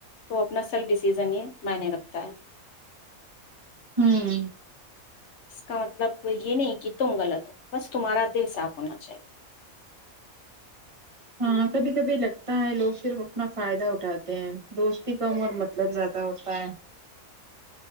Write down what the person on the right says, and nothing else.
ہوں
ہاں کبھی کبھی لگتا ہے لوگ صرف اپنا فائدہ اٹھاتے ہیں دوستی کم اور مطلب زیادہ ہوتا ہے